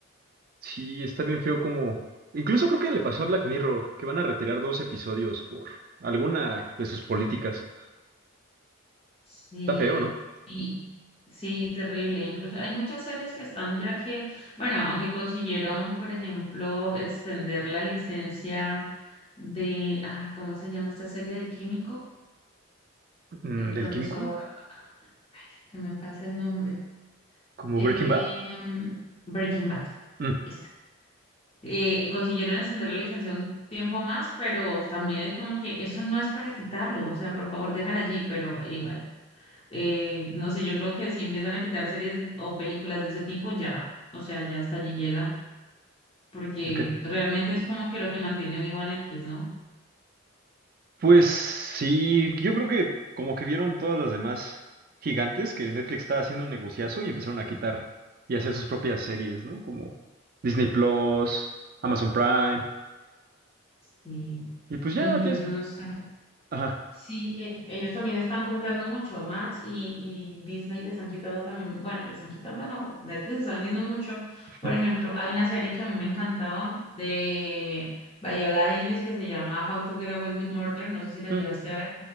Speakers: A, on the right; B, on the left.
A: Sí, está bien feo como... Incluso creo que le pasó a Black Mirror, que van a retirar dos episodios por alguna de sus políticas.
B: Sí,
A: Está feo, ¿no?
B: y sí, terrible. Incluso hay muchas series que están ya que, bueno, aunque consiguieron, por ejemplo, extender la licencia de, ah, ¿cómo se llama esta serie del químico?
A: Mm,
B: El
A: ¿Del
B: profesor,
A: químico?
B: ay, se me pasa el nombre.
A: ¿Como
B: Em,
A: Breaking Bad?
B: Breaking Bad.
A: Mm,
B: Esta. Eh, eh, consiguieron extender la licencia un tiempo más, pero también es como que eso no es para quitarlo, o sea, por favor, déjala allí, pero igual. Eh, no sé, yo creo que si empiezan a quitar series o películas de ese tipo, ya, o sea, ya hasta allí llega, porque
A: el que-
B: realmente es como que lo que mantiene vivo a Netflix, ¿no?
A: Pues sí, yo creo que como que vieron todas las demás gigantes que Netflix estaba haciendo un negociazo y empezaron a quitar y hacer sus propias series, ¿no? Como Disney Plus, Amazon Prime,
B: Sí.
A: y pues ya
B: Incluso
A: tienes...
B: no sé.
A: Ajá.
B: Sí, ellos también están comprando mucho. Max y, y Disney les han quitando también, bueno, les están quitando, no, Netflix está vendiendo mucho.
A: <laughs>
B: Por ejemplo, hay una serie que a mí me encantaba de Viola Davis que se llama How to Get Away with Murder, no sé si la
A: Mm,
B: llegaste a ver.